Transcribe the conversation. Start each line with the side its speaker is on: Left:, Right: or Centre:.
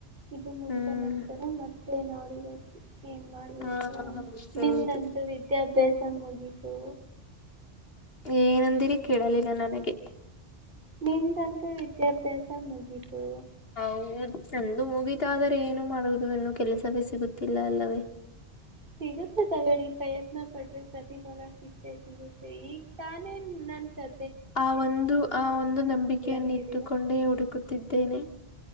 Right: ಇದು ಮುಗಿದ
Left: ಹ್ಮ್
Right: ನಂತರ ಮತ್ತೆ ನೋಡ್ಬೇಕು ಏನ್ ಮಾಡ್ ಬೇಕು
Left: ಹಾ ಹೌದೌದು
Right: ನಿಮ್ದಂತೂ ವಿದ್ಯಾಭ್ಯಾಸ ಮುಗಿತು.
Left: ಏನಂದಿರಿ ಕೇಳಲಿಲ್ಲ ನನಗೆ
Right: ನಿಮ್ದಂತೂ ವಿದ್ಯಾಭ್ಯಾಸ ಮುಗಿತು.
Left: ಹೌದ್ ನಂದು ಮುಗಿತಾದರೆ ಏನು ಮಾಡುವುದು ಇನ್ನು ಕೆಲಸವೇ ಸಿಗುತ್ತಿಲ್ಲ ಅಲ್ಲವೇ.
Right: ಸಿಗುತ್ತೆ ತಗೊಳ್ಳಿ ಪ್ರಯತ್ನ ಪಟ್ರೆ ಪ್ರತಿಫಲ ಸಿಕ್ಕೇ ಸಿಗುತ್ತೆ ಈಗ್ ತಾನೇ ನನ್ ಕ
Left: ಆ ಒಂದು ಆ ಒಂದು ನಂಬಿಕೆಯನ್ನ
Right: ಅಂತಿದ್ದೀರ
Left: ಇಟ್ಟುಕೊಂಡೇ ಹುಡುಕುತ್ತಿದ್ದೇನೆ.